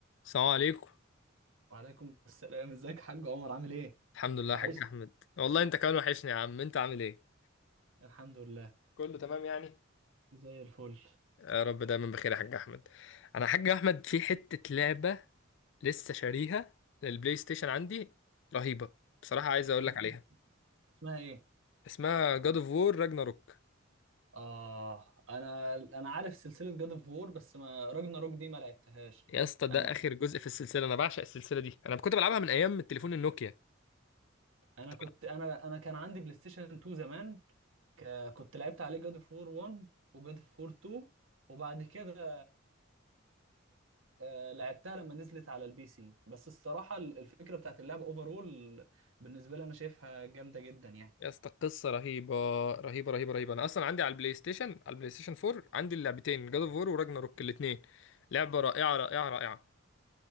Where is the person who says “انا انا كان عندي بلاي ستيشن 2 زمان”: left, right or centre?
Right